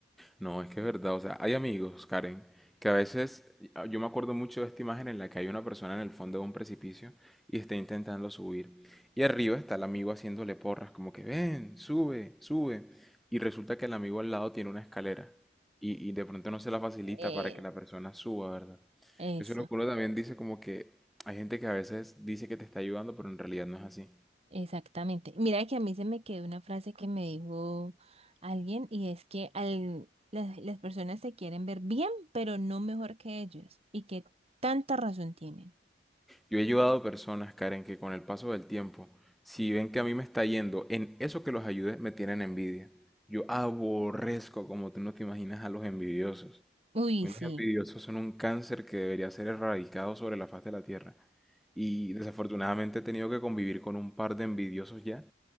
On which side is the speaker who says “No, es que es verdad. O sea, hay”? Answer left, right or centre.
Centre